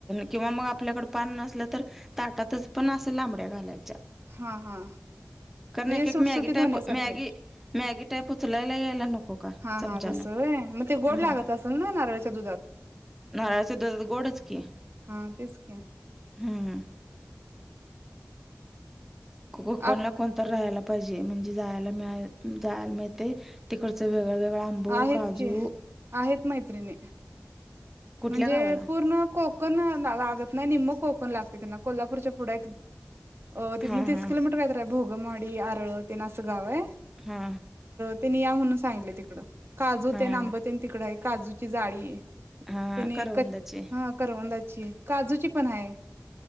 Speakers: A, in the centre; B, on the right.
A: किंवा मग आपल्याकडे पान नसलं तर ताटातच पण असं लांबड्या घालाय.
B: हा हा
A: कारण
B: म्हणजे
A: एक
B: सुटसुटीत
A: एक मॅगी टाइप
B: होण्यासाठी
A: मॅगी मॅगी टाईप उचलायला यायला नको का
B: हा
A: चमचानं
B: हा तसं व्हय मग ते गोड
A: हा
B: लागत असेल ना नारळाच्या दुधात
A: नारळाच्या दुधात गोडच की
B: हा तेच की
A: हम्म. कोकणला
B: आप
A: कोणता राहायला. पाहिजे म्हणजे जायला मिळाय जायला मिळतंय तिकडच वेगळ वेग व आंब,
B: आहेत
A: काजू
B: की आहेत मैत्रिणी
A: कुठल्या
B: म्हणजे
A: गावाला
B: पूर्ण कोक कोकण <unintelligible> लागत नाही निम्म कोकण लागते त्यांना कोल्हापूरच्या पुढ आहेत. अ तिथून
A: हां
B: तीस
A: हां
B: किलोमीटर कायतरी आय भोगमवाडी आरळ तेन असं गाव हाय.
A: हा.
B: त्यांनी या म्हणून सांगितलय तिकडं काजू
A: हां
B: तेन आंब तेन तिकडं आय काजूची जाळीये त्याने
A: हां करवंदाचे
B: कच हा करवंदाची काजूची पण हाय.